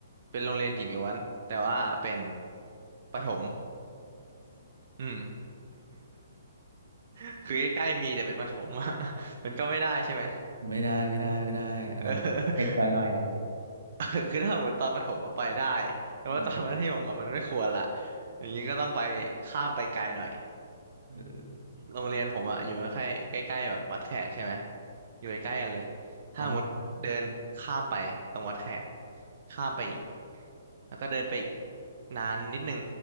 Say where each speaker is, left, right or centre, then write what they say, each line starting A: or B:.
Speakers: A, on the right; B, on the right.
A: เป็นโรงเรียนหญิงล้วนแต่ว่าเป็นประถมอืม <laughs> คือใกล้ๆมีแต่เป็นประถมอะ <laughs> มันก็ไม่ได้ใช่ไหม
B: ไม่ได้ไม่ได้ไม่ได้อันนั้นเด็กไปหน่อยหนึ่ง
A: เออ <laughs> คือถ้าสมมติตอนประถมอะไปได้แต่ว่าตอนมัธยมอะมันไม่ควรละ
B: เออ
A: อย่างนี้ก็ต้องไปข้ามไปไกลหน่อย
B: เออ
A: โรงเรียนผมอะอยู่ใกล้ใกล้ๆแบบวัดแขกใช่ไหมอยู่ใกล้ๆกันเลยถ้าหมดเดินข้ามไปตรงวัดแขก
B: อ๋อ
A: ข้ามไปอีกแล้วก็เดินไปอีกนานนิดนึง